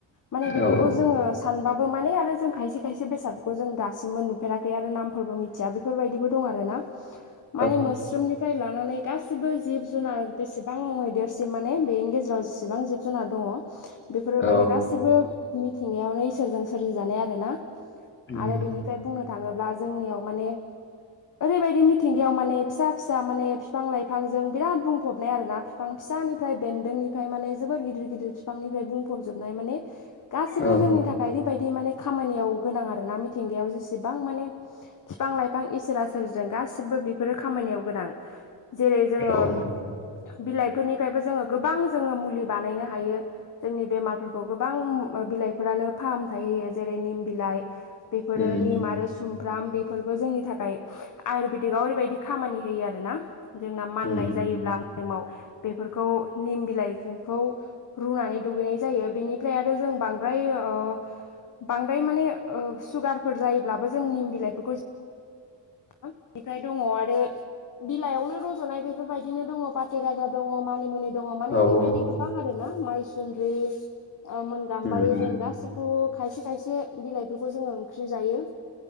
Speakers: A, on the left (about 45°); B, on the left (about 25°).
A: माने बेफोरखौ
B: औ
A: जो सानबाबो माने आरो जों खायसे- खायसे बेसादफोरखौ जों दासिमबो नुफेराखै आरो नामफोरबो मिथिया बेफोरबायदिबो दं आर ना।
B: <inaudible>
A: माने मोस स्रोमनिफ्राय लानानै गासिबो जिब जुनार बेसेबां मैदेरसिम माने बेनि गेजेराव बेसिबां जिब जुनार दङ बेफोरो
B: औ
A: माने गासिबो मिथिंगायावनो इसोरजों सोरजिजानाय आर ना
B: उम
A: आरो बेनि बेफ्राय बुंनो थाङोब्ला जोंनियाव माने ओरैबायदि मिथिंगायाव माने फिसा फिसा माने बिफां लाइफांजों बिराद बुंफबनाय आरो ना। बिफां फिसानिफ्राय बेन्दोंनिफ्राय माने जोबोर गिदिर गिदिर बिफांनिफ्राय बुं फबजोबनाय माने गासिबो
B: औ
A: जोंनि थाखाय बायबायदि माने खामानियाव गोनां आर ना मिथिंगायाव जेसेबां माने बिफां लाइफां इसोरा सोरोरजों गासिबो बेफोरो खामानियाव गोनां। जेरै जोङो
B: औ
A: बिलाइफोरनिफ्रायबो जोङो गोबां जोङो मुलि बानायनो हायो। जोंनि बेमारफोरखौ गोबां बिलाइफोरानो फाहामथाय होयो जेरै निम बिलाइ बेफोरो
B: उम
A: नि म आरो सुमफ्राम बेफोरबो जोंनि थाखाय आयुरवेदिकआव ओरैबायदि खामानि होयो आर ना। जोंना माननाय
B: उम
A: जायोब्ला मोदोमाव बेफोरखौ निम बिलाइखौ रुनानै दुगैनाय जायो बेनिफ्राय आरो जों बांद्राय ओ बांद्राय माने सुगारफोर जायोब्लाबो जों निम बिलाइफोरखौ बेफ्राय दङ आरो बिलाइयावनो रज'नाय बेफोरबायदिनो दङ फाथे गाजा दङ मानि मुनि द माने
B: औ
A: ओरैबायदि
B: औ
A: गोबां आरो ना माइसु्रि मोन गाम्बारि
B: उम
A: जों गासिबो खायसे खायसे बिलाइफोरखौ जोङो ओंख्रि जायो